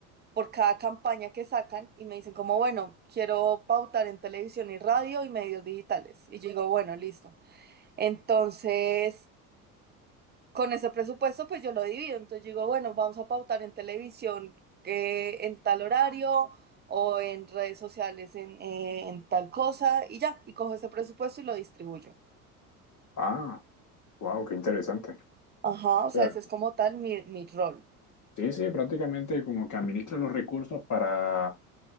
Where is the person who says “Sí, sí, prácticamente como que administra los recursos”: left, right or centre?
Left